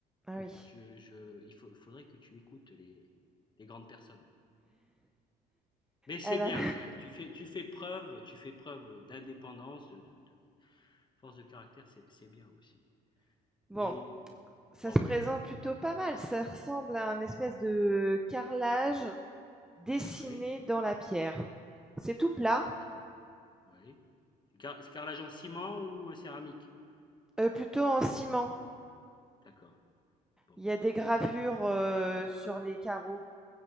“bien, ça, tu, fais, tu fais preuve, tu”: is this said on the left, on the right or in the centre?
Left